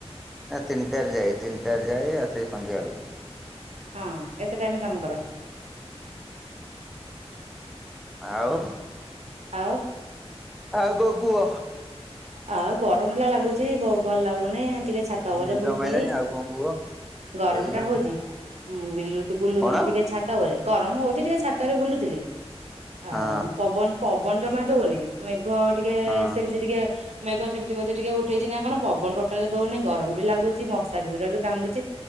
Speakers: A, in the centre; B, on the right.
A: ନା ତିନିଟାରେ ଯାଏ ତିନିଟାରେ ଯାଏ ଆସେ ସନ୍ଧ୍ୟାବେଳକୁ।
B: ହଁ ଏତେ ଟାଇମ କାମ କର।
A: ଆଉ।
B: ଆଉ।
A: ଆଉଗ କୁହ।
B: ଆଉ ଗରମଟା ଲାଗୁଚି ବ ଭଲ ଲାଗୁନି। ଟିକେ ଛାତ ଉପରେ
A: ନିଦ
B: ବୁଲୁଥିଲି
A: ମାଇଲାଣି ଆଉ କଣ କୁହ
B: ଗରମ
A: ଶୋଇବା
B: ଟା ହଉଛି। ମୁଁ ତ ବୁଲୁଥିଲି
A: କଣ
B: ଟିକେ ଛାତ ଉପରେ ଗରମ ହଉଛି ଟିକେ ଛାତରେ ବୁଲୁଥିଲି। ଆଉ
A: ହଁ
B: ପବନ ପବନ ଜମା ହଉନି ମେଘ ଟିକେ
A: ହଁ
B: ସେମିତି ଟିକେ ମେଘ ସେମିତି ବୋଧେ ଟିକେ ଉଠେଇଛିି ନା କଣ ପବନ ଟୋଟାଲ ହଉନି ଗରମ ବି ଲାଗୁଛି ମଶା ଗୁଡା ବି କାମୁଡୁଚି